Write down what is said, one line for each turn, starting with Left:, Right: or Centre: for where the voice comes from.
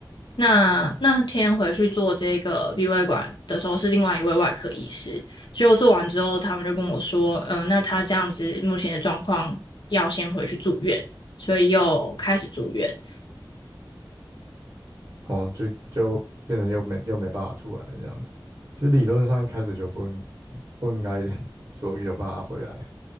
Left: 那那天回去做这个鼻胃管的时候，是另外一位外科医师。结果做完之后，他们就跟我说，嗯、呃那他这样子目前的状况要先回去住院，所以又开始住院。
Right: 哦，就就变成又没又没办法出来这样子，就理论上一开始就不应不应该 <laughs> 说有办法回来，